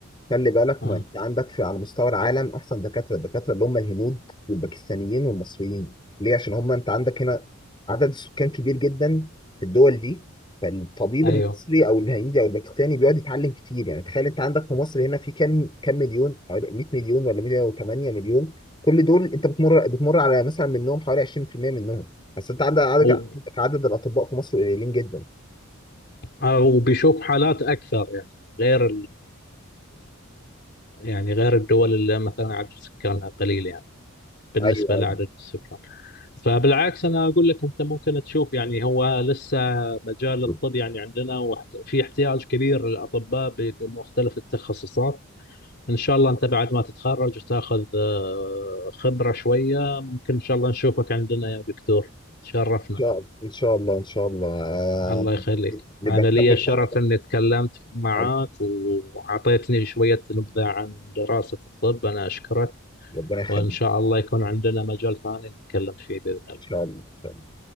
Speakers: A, on the left (about 20°); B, on the left (about 50°).
A: خلي بالك
B: آه.
A: ما انت عندك في على مستوى العالم احسن دكاتره الدكاتره اللي هم الهنود والباكستانيين والمصريين ليه عشان هم انت عندك هنا عدد السكان كبير جدا في الدول دي فالطبيب
B: أيوه
A: المصري او الهندي او الباكستاني بيقعد يتعلم كتير يعني تخيل انت عندك في مصر هنا في كام كام مليون حوالي 100 مليون ولا 108 مليون كل دول انت بتمر بتمر على مثلا منهم حوالي 20% منهم بس انت عندك عدد
B: و-
A: عدد الاطباء في مصر قليلين جدا
B: آه، وبيشوف حالات أكثر يعني غير يعني غير الدول اللي مثلا عدد سكانها قليل يعني بالنسبة
A: ايوه
B: لعدد السكان فبالعكس أنا أقول لك أنت ممكن تشوف يعني هو لسه مجال
A: ايوه
B: الطب يعني عندنا واحت- في احتياج كبير للأطباء ب- بمختلف التخصصات إن شاء الله أنت بعد ما تتخرج وتاخذ آه، خبرة شوية ممكن إن شاء الله نشوفك عندنا يا دكتور تشرفنا
A: شاء الله ان شاء الله ان شاء الله آه،
B: الله يخليك
A: نبقى
B: أنا
A: نكمل
B: لي شرف
A: بقى حديث
B: أني تكلمت معك
A: عن-
B: وأعطيتني شوية نبذة عن دراسة الطب أنا أشكرك
A: ربنا يخليك
B: وإن
A: ان
B: شاء الله يكون عندنا مجال ثاني نتكلم فيه بإذن الله
A: شاء الله إن شاء الله.